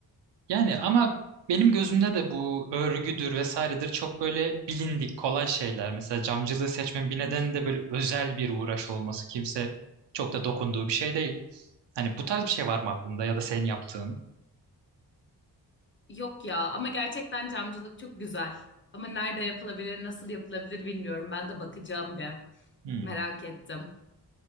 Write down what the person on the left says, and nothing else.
Yok ya ama gerçekten camcılık çok güzel. Ama nerede yapılabilir, nasıl yapılabilir bilmiyorum. Ben de bakacağım bir.
Merak ettim.